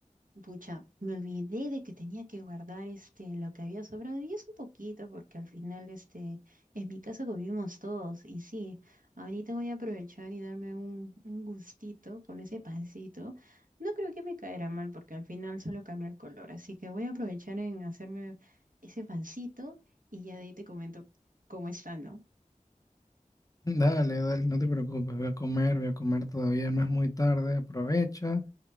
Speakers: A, on the right (about 85°); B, on the left (about 25°).
A: Pucha, me olvidé de que tenía que guardar este lo que había sobrado y es un poquito porque al final este en mi casa comimos todos y sí, ahorita voy a aprovechar y darme un, un gustito con ese pancito. No creo que me caerá mal porque al final solo cambia el color, así que voy a aprovechar en hacerme ese pancito y ya de ahí te comento cómo está, ¿no?
B: <laughs> Dale, dale, no te preocupes, voy a comer, voy a comer todavía, no es muy tarde, aprovecha.